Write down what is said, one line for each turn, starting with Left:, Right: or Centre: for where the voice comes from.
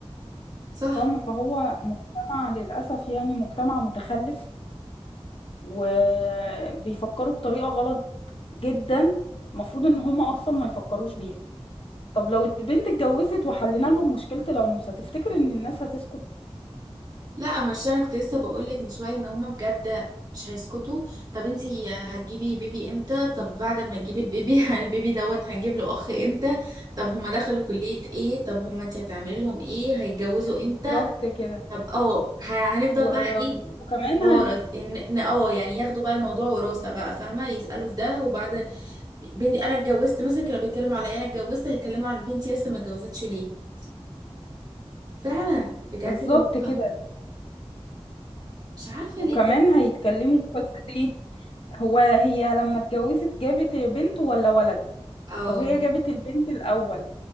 Right: صح
Left: فاهمة فهو مجتمع للأسف يعني مجتمع متخلف وبيفكروا بطريقة غلط جدا المفروض ان هم اصلا ما يفكروش بيها طب لو البنت اتجوزت وحلينا لهم مشكلة الأنوثة تفتكر ان الناس هتسكت
Right: لا مش انا كنت لسه بقول لك من شوية ان هما بجد مش هيسكتوا طب انت هتجيبي بيبي امتى طب بعد ما تجيبي البيبي <laughs> البيبي دوت هنجيب له اخ امتى طب هما دخلوا كلية ايه طب هما انت هتعملي لهم ايه هيتجوزوا
Left: بالظبط
Right: امتى
Left: كده
Right: طب اه ه- هنفضل
Left: و...
Right: بقى ايه
Left: وكمان
Right: نتوارث
Left: هي
Right: ان إن اه يعني ياخدوا بقى الموضوع وراثة بقى فاهمة يسألوا في ده وبعد بنتي انا اتجوزت مثلا كانوا بيتكلموا عليا انا اتجوزت هيتكلموا عن بنتي لسه ما اتجوزتش ليه فعلا بجد
Left: بالظبط
Right: اللي هو
Left: كده
Right: مش عارفة
Left: وكمان
Right: ليه بجد
Left: هيتكلموا في قصة ايه هو هي لما اتجوزت جابت بنت ولا ولد
Right: او
Left: طب هي جابت البنت الأول